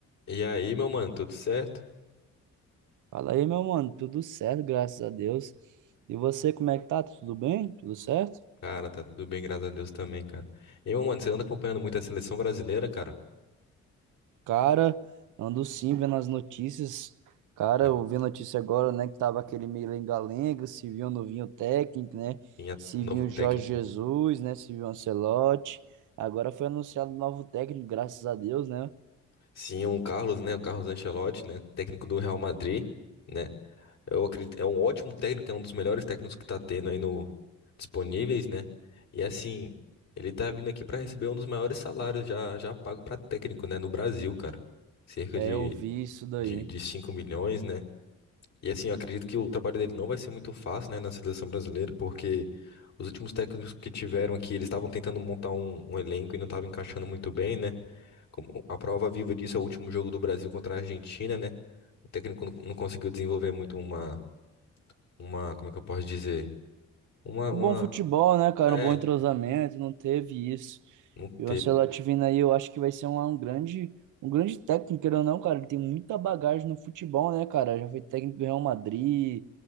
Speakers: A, on the left (about 60°); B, on the right (about 80°).
A: E aí, meu mano, tudo certo?
B: Fala aí, meu mano, tudo certo, graças a Deus. E você, como é que tá? Tudo bem? Tudo certo?
A: Cara, tá tudo bem, graças a Deus também, cara. E, meu mano, você anda acompanhando muito a seleção brasileira, cara,
B: Cara, ando sim vendo as notícias. Cara,
A: né?
B: eu vi notícia agora, né, que tava aquele meio lenga-lenga, se viu um novinho técnico, né?
A: Tem a-
B: Se
A: o novo
B: viu
A: técnico,
B: o Jorge Jesus, né? Se viu o Ancelotti. Agora foi anunciado um novo técnico, graças a Deus, né?
A: sim, o Carlos, né? O Carlos Ancelotti, né? Técnico do Real Madrid, né? Eu acredito, é um ótimo técnico, é um dos melhores técnicos que tá tendo aí no disponíveis, né? E assim, ele tá vindo aqui pra receber um dos maiores salários já já pago pra técnico, né, no Brasil, cara. Cerca
B: É,
A: de
B: eu vi isso daí.
A: de, de 5 milhões, né? E assim, eu acredito que o trabalho dele não vai ser muito fácil, né, na seleção brasileira, porque os últimos técnicos que tiveram aqui, eles estavam tentando montar um, um elenco e não estavam encaixando muito bem, né? Como a prova viva disso é o último jogo do Brasil contra a Argentina, né? O técnico não, não conseguiu desenvolver muito uma, uma, como é que eu posso dizer? Uma, uma,
B: Um Bom futebol, né, cara?
A: é,
B: Um bom entrosamento, não teve isso.
A: não
B: E
A: teve,
B: o Ancelotti vindo aí, eu acho que vai ser um, um grande, um grande técnico, querendo ou não, cara. Ele tem muita bagagem no futebol, né, cara? Já foi técnico do Real Madrid,